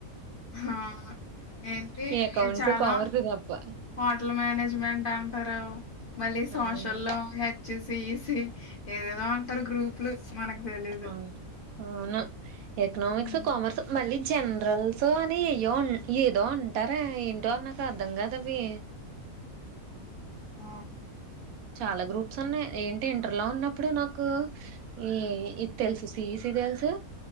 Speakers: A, on the left; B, on the right.
A: అవును ఏంటి
B: ఈ అకౌంట్స్,
A: ఇ చాలా
B: కామర్స్ తప్ప.
A: హోటల్ మేనేజ్మెంట్ అం ంటారు మళ్ళీ సోషల్
B: అవును.
A: లో హెచ్ సిసి ఏదేదో అంటారు గ్రూపులు మనకు తెలీదు
B: అవును. అవును ఎకనామిక్స్
A: ఉ
B: కామర్స్ మళ్ళీ జనరల్స్ అని ఏయ్యో ఏదో ఉంటారే ఏంటో అవి నాకు అర్ధం కదవి
A: ఆ
B: చాలా గ్రూప్స్ ఉన్నాయ్ ఏంటి ఇంటర్ లో ఉన్నప్పుడు నాకు ఈ ఇది తెలుసు సిఈసి తెల్సు